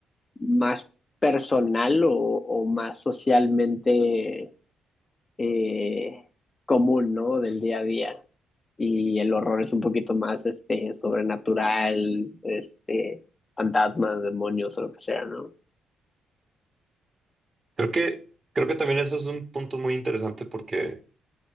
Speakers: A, on the left; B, on the right.
A: más personal o, o más socialmente eh, común, ¿no? Del día a día. Y el horror es un poquito más, este, sobrenatural, este, fantasmas, demonios o lo que sea, ¿no?
B: Creo que, creo que también eso es un punto muy interesante porque